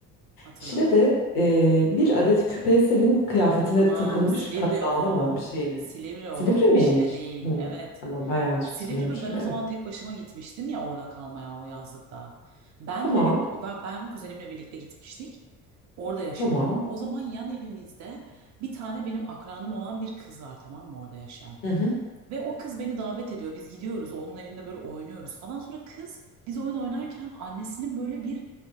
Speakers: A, on the right; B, on the left.
A: Hatırladın?
B: Şile'de e, bir adet küpe senin kıyafetine
A: Tamam,
B: takılmış
A: Silivri
B: kazağına
A: o.
B: mı bir şeyine.
A: Silivri o.
B: Silivri miymiş?
A: Şile değil.
B: Hı,
A: Evet.
B: Tamam ben yanlış
A: Silivri
B: hatırlıyormuşum.
A: ve ben o
B: Evet.
A: zaman tek başıma gitmiştim ya orada kalmaya o yazlıkta. Ben
B: Tamam.
A: ve bir ben, ben kuzenimle birlikte gitmiştik. Orada yaşanıyor.
B: Tamam.
A: O zaman yan evimizde bir tane benim akranım olan bir kız var tamam mı orada yaşayan.
B: Hı hı.
A: Ve o kız beni davet ediyor. Biz gidiyoruz onun evinde böyle oynuyoruz falan. Sonra kız biz oyun oynarken annesinin böyle bir